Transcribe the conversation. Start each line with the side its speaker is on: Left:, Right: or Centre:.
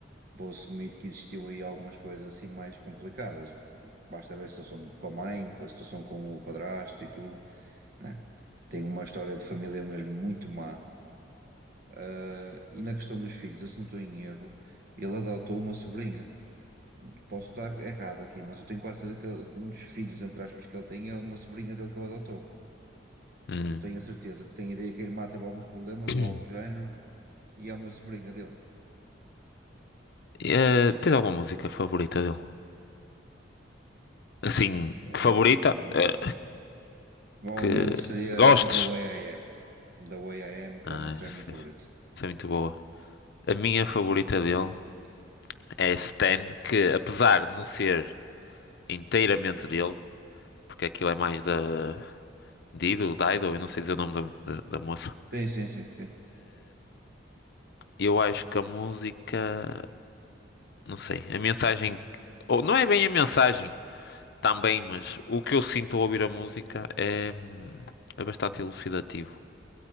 Right: vou assumir que existiu aí algumas coisas assim mais complicadas. Basta ver a situação de- com a mãe, com a situação com o padrasto e tudo, né? Tem uma história de família mesmo muito má. Ah, e na questão dos filhos, eu se não estou em erro, ele adotou uma sobrinha. Posso estar errado aqui, mas eu tenho quase certeza que ele- um dos filhos, entre aspas, que ele tem é uma sobrinha dele que ele adotou.
Left: Hum.
Right: Não tenho a certeza, que tenho ideia que a irmã teve alguns problemas
Left: <clears throat>
Right: ou algo do género e é uma sobrinha dele.
Left: Eh, tens alguma música favorita dele?
Right: Bom,
Left: Assim,
Right: eh,
Left: que favorita? eh,
Right: provavelmente
Left: que
Right: seria
Left: gostes?
Right: a da Way I Am. the Way I Am,
Left: Ah,
Right: provavelmente seria
Left: essa
Right: a minha favorita.
Left: essa é muito boa. A minha favorita dele é Stan, que apesar de não ser inteiramente dele, porque aquilo é mais da Dido, Dido, eu não sei dizer o nome da, da, da moça.
Right: Sim, sim, sim, sim.
Left: Eu acho que a música, não sei, a mensagem, que- ou não é bem a mensagem também, mas o que eu sinto ao ouvir a música é, hum, é bastante elucidativo.